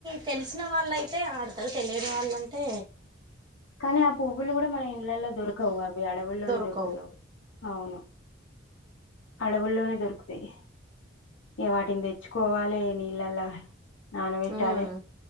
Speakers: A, on the right; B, on the left.
A: తెలిసిన వాళ్ళుయితే ఆడతారు తెలియని వాళ్ళ తే
B: కానీ ఆ పువ్వులు కూడా మన ఇండ్లలో దొరకవు అవి అడవుల్లోనే
A: దొరకవు
B: దొరుకుతావు అవును అడవుల్లోనే దొరుకుతాయి ఇగ వాటిని తెచ్చుకోవాలి నీళ్ళలా నానబెట్టాలే
A: ఉమ్